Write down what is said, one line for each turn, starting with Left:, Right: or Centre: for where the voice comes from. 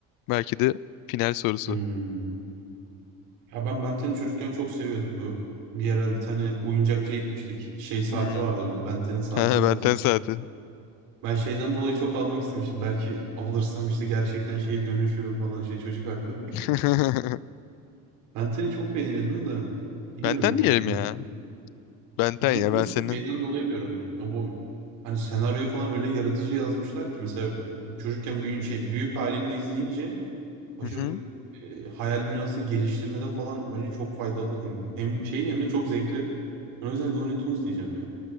Left: Belki de final sorusu.
Right: Hmm. Ya ben Benten'i çocukken çok seviyordum bu. Bir ara bir tane oyuncakçıya gitmiştik. Şey saati
Left: Hmm.
Right: vardı bu. Benten'in saatini
Left: <laughs> Ha, Ben
Right: satıyordu.
Left: 10 saati.
Right: Ben şeyden dolayı çok almak istemiştim. Belki alırsam işte gerçekten şeye dönüşürüm falan. Şey çocuk haklı. <laughs>
Left: <laughs>
Right: Ben seni çok beğeniyordum da bilmiyorum
Left: Ben 10
Right: ya.
Left: diyelim ya. Ben
Right: Bluetooth'un
Left: 10 ya ben seni.
Right: şeyden dolayı diyorum. Ya bu hani senaryoyu falan öyle yaratıcı yazmışlar ki mesela çocukken büyük şey büyük halimle izleyince aşırı
Left: <laughs>
Right: e, hayal dünyasını geliştirmede falan bence çok faydalı. Hem, hem şey hem de çok zevkli. Ben o yüzden Looney Tunes diyeceğim ya.